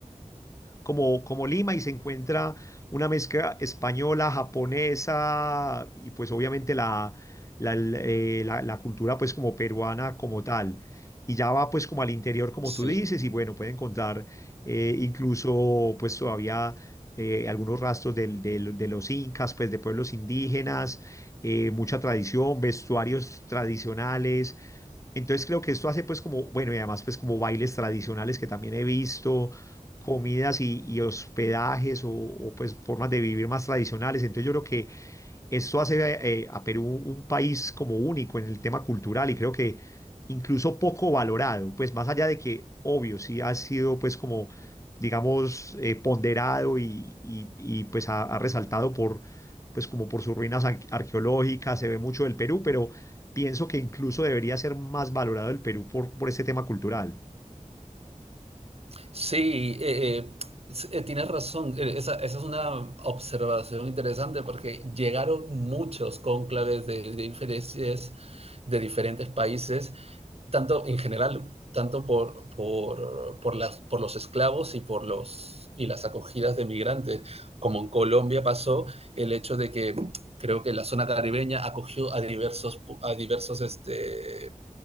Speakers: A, on the left; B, on the right.
A: como, como Lima y se encuentra una mezcla española, japonesa y pues obviamente la, la, eh, la- la cultura pues como peruana como tal. Y ya va pues como al interior como
B: Sí,
A: tú dices y bueno, puede encontrar eh, incluso pues todavía eh, algunos rastros del- del- de, los incas, pues de pueblos indígenas, eh, mucha tradición, vestuarios tradicionales entonces creo que esto hace pues como, bueno, y además pues como bailes tradicionales que también he visto, comidas y, y hospedajes o, o, pues formas de vivir más tradicionales. Entonces yo creo que esto hace eh, a Perú un país como único en el tema cultural y creo que incluso poco valorado, pues más allá de que, obvio, sí ha sido pues como, digamos, eh, ponderado y, y- y, pues ha, ha resaltado por, pues como por sus ruinas ar- arqueológicas, se ve mucho del Perú, pero pienso que incluso debería ser más valorado el Perú por, por este tema cultural.
B: Sí, eh, eh, s- eh, tienes razón. Eh, Esa, esa es una observación interesante porque llegaron muchos cónclaves de, de diferentes, de diferentes países, tanto en general, tanto por, por, por las, por los esclavos y por los, y las acogidas de migrantes. Como en Colombia pasó el hecho de que creo que la zona caribeña acogió a diversos, pu- a diversos este,